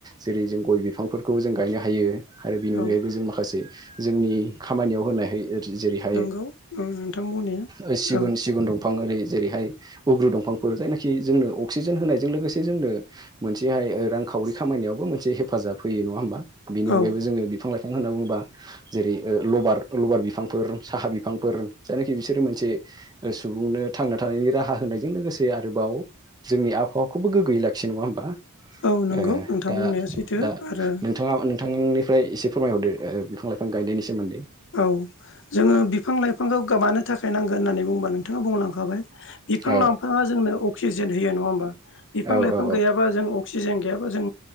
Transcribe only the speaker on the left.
औ
नंगौ नोंथां बुंनाया
औ
औ
औ नंगौ
नोंथां
बुंनाया सैथो
आरो
औ जोंङो बिफां लाइफांखौ गोमानो थाखाय नांगो होननानै बुंङोबा नोंथांङा बुंलांखाबाय। बिफां
लांफांङा जोंनो अक्सिजेन होयो नंङा होमबा बिफां
लाइफां
गैयाबा जों। अक्सिजेन गैयाबा जों